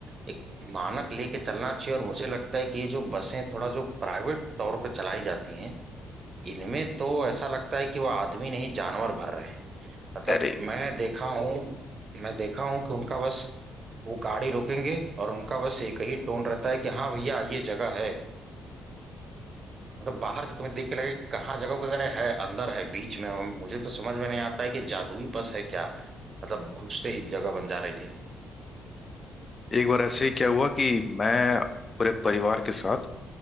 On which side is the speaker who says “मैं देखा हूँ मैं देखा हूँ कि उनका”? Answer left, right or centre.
Right